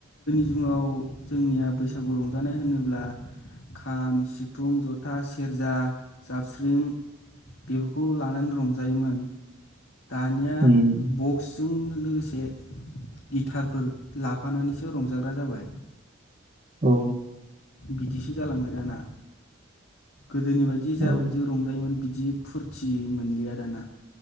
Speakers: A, on the left (about 75°); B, on the right (about 35°).
A: फुंङाव जोंनिया बैसागु रंजानाय होनोब्ला खाम सिफुं जथा सेरजा जाबस्रिं बेफोरखौ लानानै रंजायोमोन दानिया
B: उम
A: बक्स जों लोगोसे गिटारफोर ला फानानैसो रंजाग्रा जाबाय
B: औ
A: बिदिसो जालांबाय दाना गोदोनि बायदि जाबायदि
B: औ
A: रंजायोमोन बिदि फुरथि मोनलिया दाना